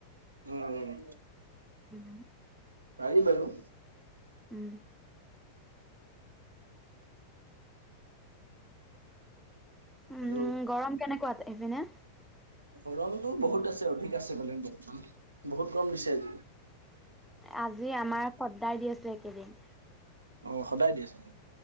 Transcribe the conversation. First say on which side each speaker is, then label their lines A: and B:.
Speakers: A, on the right; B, in the centre.
A: ন -নাই
B: উম,
A: পাৰি বাৰু।
B: উম। উম
A: হেল্ল'
B: উম গৰম কেনেকোৱা এপিনে?
A: গৰমতটো বহুত আছে, অধিক আছে মানে বৰ্তমান। বহুত গৰম দিছে আজি।
B: আজি আমাৰ সদদাই দি আছে একেইদিন।
A: অ সদায় দি আছে নেকি।